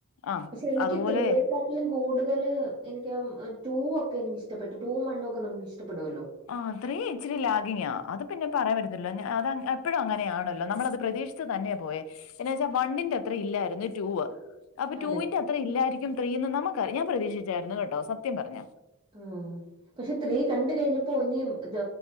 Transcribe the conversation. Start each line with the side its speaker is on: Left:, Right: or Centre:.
Left: ആ
Right: പക്ഷെ എനിക്ക്
Left: അതുപോലെ
Right: ത്രീയേക്കാൾ ലും കൂടുതല് എനിക്ക് ആഹ് ടൂ ഒക്കെ എനിക്കിഷ്ടപ്പെട്ടു. ടുവും വണ്ണും ഒക്കെ നമുക്ക് ഇഷ്ടപ്പെടുവല്ലോ.
Left: ആ ത്രീ ഇച്ചിരി ലാഗിങ്ങാ. അത് പിന്നെ പറയാൻ പറ്റത്തില്ലല്ലോ. അത് എപ്പോഴും അങ്ങനെയാണല്ലോ നമ്മളത് പ്രതീക്ഷി ച്ച് തന്നെയാ പോയെ. എന്നു വെച്ചാൽ വണ്ണിന്റെ അത്രേം ഇല്ലായിരുന്നു റ്റൂവ്. അപ്പൊ റ്റൂവിന്റെ
Right: അതെ.
Left: അത്രേം ഇല്ലായിരിക്കും ത്രീ എന്ന് നമുക്കറി ഞാൻ പ്രതീക്ഷിച്ചാരുന്നു കേട്ടോ സത്യം പറഞ്ഞാ.
Right: ഉം പക്ഷെ ത്രീ കണ്ടു കഴിഞ്ഞപ്പോ ഇഞ്ഞി ഇത്